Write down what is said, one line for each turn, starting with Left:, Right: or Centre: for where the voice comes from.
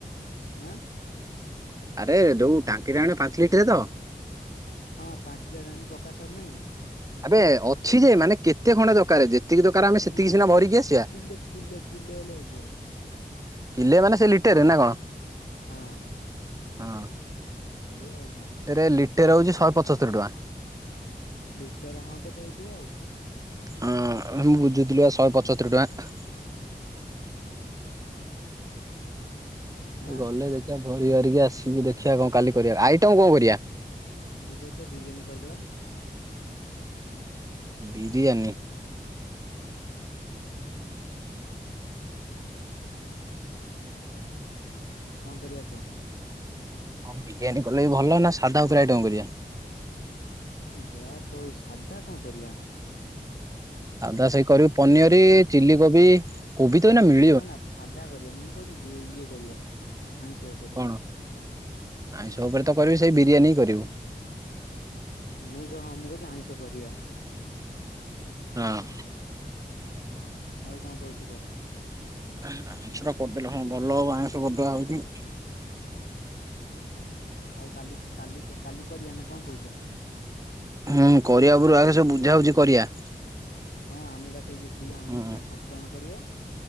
Left: ଆଁ।
Right: ଆରେ ଯୋଉ ଟାଙ୍କିରେ ଆଣେ ପାଞ୍ଚ ଲିଟରେ ତ
Left: ହଁ ପାଞ୍ଚଲିଟର ଆଣ ପକାସର ନାହିଁ କି?
Right: ଆବେ ଅଛି ଯେ ମାନେ କେତେ ଖଣ୍ଡେ ଦରକାର ଯେ ସେତିକି ଦରକାର
Left: କି
Right: ଆମେ ସେତିକି
Left: ଲି
Right: ସିନା
Left: କିଲେ
Right: ଭରିକି ଆସିବା।
Left: କିଲେ କିଲେ କିଲେ ହେଲେ ହେଇଯିବ
Right: କିଲେ ମାନେ ସେ ଲିଟରରେ ନା କଣ
Left: ହଁ।
Right: ହଁ।
Left: ଏଇଆ ଆଉ କଣ।
Right: ଏରେ ଲିଟର ହେଉଛି ଶହେ ପଞ୍ଚସ୍ତରି ଟଙ୍କା।
Left: ଲିଟର ହଁ କେତେ ହେଇଥିବ ଆଉ।
Right: ହଁ ମୁଁ ବୁଝୁଥିଲି ଶହେ ପଞ୍ଚସ୍ତରୀ ଟଙ୍କା।
Left: ଆଁ
Right: ଗଲେ ଦେଖିବା ଭରି ହରିକି ଆସିକି ଦେଖିବା କଣ କାଲି ଆଇଟମ କଣ କରିବା।
Left: ମୁଁ କହୁଛି ବିରିୟାନୀ କରିଦେବା।
Right: ବିରିୟାନୀ।
Left: କଣ କରିବା କହ?
Right: ହଁ ବିରିୟାନୀ କଲେ ବି ଭଲ ନା ସାଧା ଆଉ ପ୍ର ଆଇ ଟମ କରିବା।
Left: ଯାହା କହୁ ସାଧା କଣ କରିବା।
Right: ଆଉଧା ସେଇ କରିବୁ ପନିର
Left: ସାଧା
Right: ଚିଲ କୋବି କୋବି ତ ନା ମିଳ
Left: ନା ନା ସାଧା କରିବାାନି ମୁଁ କହୁଛିି ଇଏ କରିବା ଆଇଁଷ। ଉପରେ
Right: କଣ ଆଇଁଷ ଉପରେ ତ କରିବୁ ସେଇ ବିରିୟାନୀ ହି କରିବୁ।
Left: ମୁଁ କ ହଁ ମୁଁ କହୁଛି ଆଇଁଷହ କରିବା।
Right: ହଁ।
Left: ଆଉ କଣ କହୁଛୁ କହ?
Right: ଆଇଁଷ ଟା କରିଦେଲେ ହଁ ଭଲ ହବ ଆଇଁଷ ବଦଆ ହଉଚୁ।
Left: ଆଉ କାଲି -କାଲି -କାଲି କରିବା ନା କଣ କହୁଛ।
Right: ହୁଁ କରିବା ପରୁ ଆଗେ ସବୁ ବୁଝା ହଉଛି କରିବା।
Left: ହଁ ଆମେ ବା ସେଇ ଯେତିକି ଆମେ
Right: ହଁ
Left: ବା ପାଞ୍ଚ ଜଣ କରିବା।